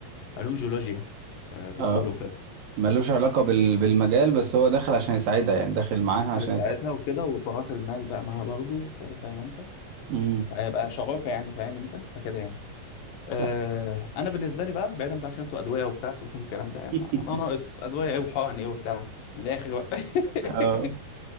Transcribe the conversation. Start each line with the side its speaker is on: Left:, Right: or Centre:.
Left: علوم جيولوجيا آه، بتقولوا
Right: اه
Left: كده
Right: ملوش علاقة بال... بالمجال بس هو داخل عشان يساعدها يعني داخل معاها
Left: دخلت
Right: عشان
Left: ساعتها
Right: يساعدها
Left: وكده وبراس المال بقى معاها برضه وكده فاهم انت
Right: امم
Left: فهيبقى شراكه يعني فاهم انت فكده يعني آه
Right: لا
Left: انا بالنسبه لي بقى بعيدا بقى عشان انتوا ادويه وبتاع سيبكم من الكلام ده يعني
Right: <laughs>
Left: انا ناقص ادويه ايه وحقن ايه وبتاع من الاخر بقى
Right: اه
Left: <laughs>